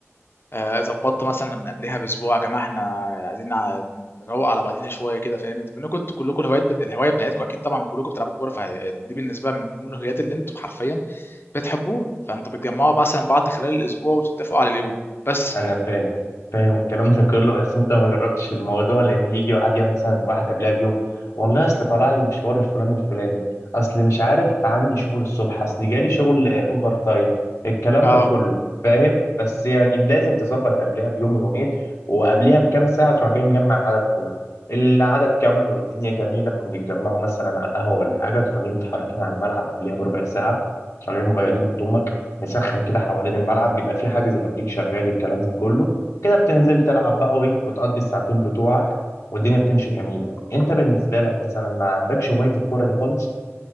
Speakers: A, on the left (about 50°); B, on the left (about 85°).
A: آه، ظبطت مثلا من قبلها باسبوع يا جماعه احنا عايزين نع- نروق على بعضينا شويه كده فاهم انتوا انكم كلكم الهوايات الهوايه بتاعتكم اكيد طبعا كلكم بتلعبوا كوره فدي بالنسبه من ضمن الهوايات اللي انتوا حرفيا بتحبوه فانتوا بتجمعوا مثلا بعض خلال الاسبوع وتتفقوا على اليوم بس
B: انا فاهم فاهم الكلام ده كله بس انت ما جربتش الموضوع لان يجي واحد يا مثلا واحد قبلها بيوم والله اصل طلع لي مشوار الفلان الفلاني اصل مش عارف عندي شغل الصبح اصل جالي شغل آه، اوفر تايم الكلام
A: اه
B: ده كله فاهم بس يعني لازم تظبط قبلها بيوم ويومين وقبلها بكام ساعة تروح جاي مجمع العدد كله العدد كمل والدنيا جميلة بنتجمعوا مثلا على القهوة ولا حاجة تروح جاي متحركين على الملعب قبلها بربع ساعة تروح جاي مغيرين هدومك مسخن كده حوالين الملعب بيبقى في حاجز قبليك شغال الكلام ده كله كده بتنزل تلعب بقى وايه وتقضي الساعتين بتوعك والدنيا بتمشي جميله يعني انت بالنسبه لك مثلا ما عندكش هوايه الكوره دي خالص